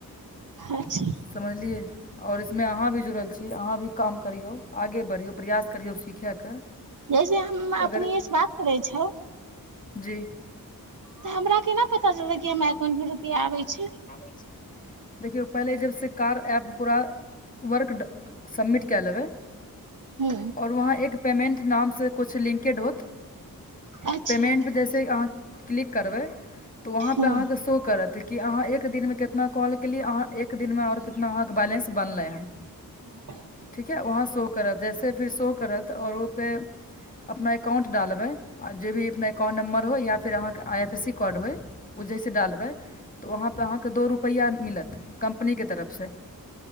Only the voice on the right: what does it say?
अच्छा
जैसे हम
अपनीये से बात करै छै
तऽ हमरा केना पता चलतै कि हमरा एकांउट मे रुपिया आबै छै
हूंम्म हूंम्म
अच्छा
हूँ
च <inaudible>